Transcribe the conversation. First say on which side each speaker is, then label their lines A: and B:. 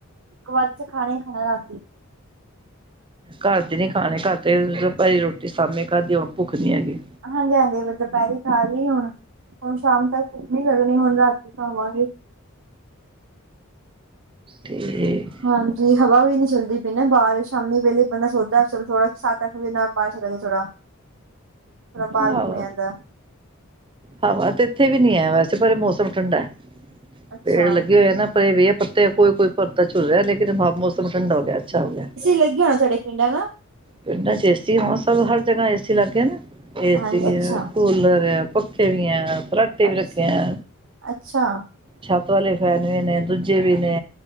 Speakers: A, on the right; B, on the right.
A: ਇੱਕ ਵਾਰ ਚ ਖਾਣਾ ਹੀ ਖਾਣਾ ਰਾਤੀ
B: ਘਰ ਦੇ ਨੀ ਖਾਣੇ ਘਰ ਤੇ ਪਈ ਰੋਟੀ ਸਾਹਮਣੇ ਘਾਦੀਓ ਭੁੱਖ ਨੀ ਹੈਗੀ।
A: ਹਾਂਜੀ, ਹਾਂਜੀ ਦੁਪਹਿਰੀ ਖਾ ਲਈ ਹੁਣ। ਹੁਣ ਸ਼ਾਮ ਤੱਕ ਭੁੱਖ ਨਹੀ ਲੱਗਣੀ ਹੁਣ ਰਾਤੀ ਖਾਵਾਂਗੇ।
B: ਤੇ
A: ਹਾਂਜੀ, ਹਵਾ ਵੀ ਨੀ ਚੱਲਦੀ ਪਈ ਨਾ ਬਾਹਰ ਸ਼ਾਮੀ ਵੇਲੇ ਬੰਦਾ ਸੋਚਦਾ ਚਲੋ ਥੋੜਾ। ਸੱਤ ਅਠ ਵਜੇ ਨਾਲ ਬਾਹ ਚਲੇ ਜਾਏ ਥੋੜਾ। ਥੋੜਾ ਬਾਹਰ
B: ਹੋਰ।
A: ਘੁੰਮ ਆਂਦਾ
B: ਹਵਾ ਤੇ ਇੱਥੇ ਵੀ ਨੀ ਹੈ ਵੈਸੇ ਪਰ ਇਹ ਮੌਸਮ ਠੰਡਾ ਹੈ।
A: ਅੱਛਾ
B: ਪੇੜ ਲੱਗੇ ਹੋਏ ਨਾ ਪਰ ਇਹ ਵੀਹ ਪੱਤੇ ਕੋਈ ਕੋਈ। ਪੱਤਾ ਝੁੱਲ ਰਿਹਾ ਲੇਕਿਨ ਮੌਸਮ ਠੰਡਾ ਹੋ ਗਿਆ ਅੱਛਾ ਹੋ ਗਿਆ।
A: ਲੱਗੀ ਹੋਣਾ ਸਾਡੇ ਪਿੰਡ ਨਾ।
B: ਪਿੰਡਾਂ ਚ ਏ ਸੀ ਮੌਸਮ ਹਰ ਜਗ੍ਹਾ ਏਸੀ ਲੱਗਗੇ ਨਾ ਏਸੀ
A: ਹਾਂਜੀ ਅੱਛਾ।
B: ਹੈ ਕੂਲਰ ਹੈ ਪਖੇ। ਪੱਖੇ ਵੀ ਆ ਫਰਾਟੇ ਵੀ
A: ਅੱਛਾ
B: ਰੱਖੇ ਆ।
A: ਅੱਛਾ
B: ਛੱਤ ਵਾਲੇ ਫੈਨ ਵੀ ਨੇ ਦੂਜੇ ਵੀ ਨੇ